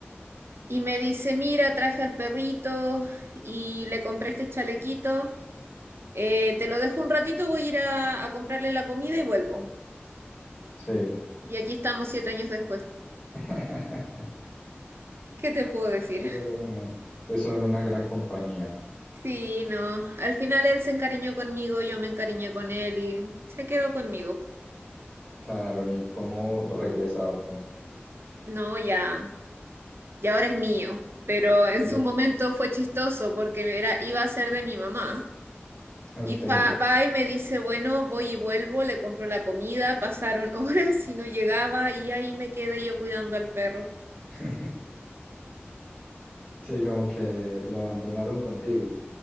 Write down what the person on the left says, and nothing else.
Sí.
<laughs>
Pero
bueno, eso en una gran compañía.
Claro, ni cómo regresarlo.
Sí,
es-
ok.
<laughs> Sí, como que lo abandonaron contigo.